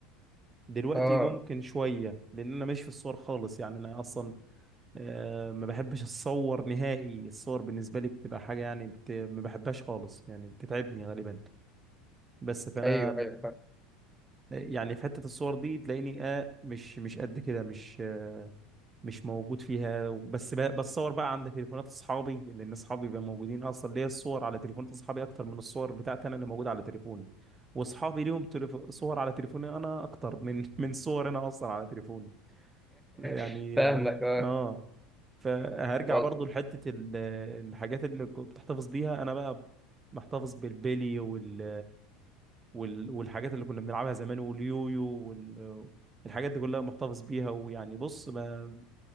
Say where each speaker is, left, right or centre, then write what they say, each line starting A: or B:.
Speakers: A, on the right; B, in the centre.
A: دلوقتي
B: اه
A: ممكن شوية لأن أنا ماشي في الصور خالص يعني أنا أصلا آه، ما بحبش أتصور نهائي الصور بالنسبة لي بتبقى حاجة يعني بت... ما بحبهاش خالص يعني بتتعبني غالبا بس فأنا
B: ايوه ايوه فاهم.
A: آه، يعني في حتة الصور دي تلاقيني آه مش مش قد كده مش آه، مش موجود فيها بس ب- بتصور بقى عند تليفونات اصحابي لان اصحابي بيبقوا موجودين اصلا ليا الصور على تليفونات اصحابي اكتر من الصور بتاعتي انا اللي موجوده على تليفوني واصحابي ليهم تليف... صور على تليفوني انا اكتر من <laughs> من صور انا اصلا على تليفوني يعني
B: <laughs> فاهمك
A: اه
B: اه
A: آه. فهرجع
B: والله
A: برضو لحته ال- الحاجات اللي كنت بتحتفظ بيها انا بقى محتفظ بالبيلي وال... وال... والحاجات اللي كنا بنلعبها زمان واليويو وال... الحاجات دي كلها محتفظ بيها ويعني بص ما